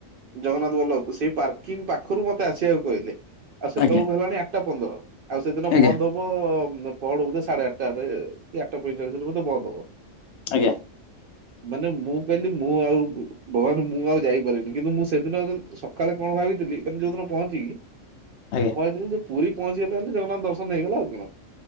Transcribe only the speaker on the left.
ଆଜ୍ଞା
ଆଜ୍ଞା
ଆଜ୍ଞା।
ଆଜ୍ଞା